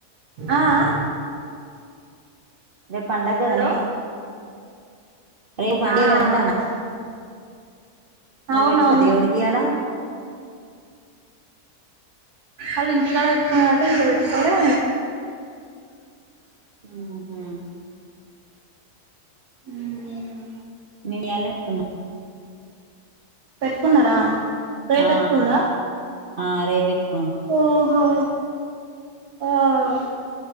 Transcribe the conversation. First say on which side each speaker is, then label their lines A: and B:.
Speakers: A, on the right; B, on the right.
A: ఆ ఆ
B: రేప్ పండగదనే
A: హలో
B: రేప్ పండగె
A: ఆ
B: గదా అంటన్న
A: పండగ
B: మల్
A: అవునవును
B: పెట్టుకో దేవుడ్కి ఇయాల
A: ఆళ్ళు ఇంటికాడ పెట్టుకున్నారంట ఇడ పెట్టుకోలే
B: మ్ హు
A: మ్మ్
B: నిన్ ఇయ్యాల్నే ఏసుకున్న
A: పెట్టుకున్నారా రేపెత్తుకునుడా
B: ఆ ఆ రేపుపెతుక్
A: ఓహో ఆహ్